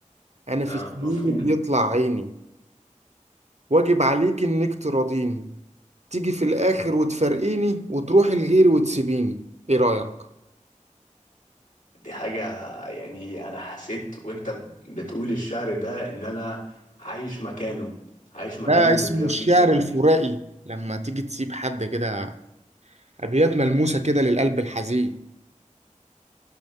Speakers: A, on the right; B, on the left.
A: انا
B: آه
A: في سنيني
B: مفهوم
A: بيطلع عيني واجب عليك انك تراضيني تيجي في الاخر وتفارقيني وتروحي لغيري وتسيبيني ايه رايك
B: دي حاجة يعني أنا حسيت وأنت ب- بتقول الشعر ده إن أنا عايش مكانه عايش مكان
A: ده
B: اللي
A: اسمه
B: بيلقي
A: الشعر
B: الشعر
A: الفرائي لما تيجي تسيب حد كده ابيات ملموسه كده للقلب الحزين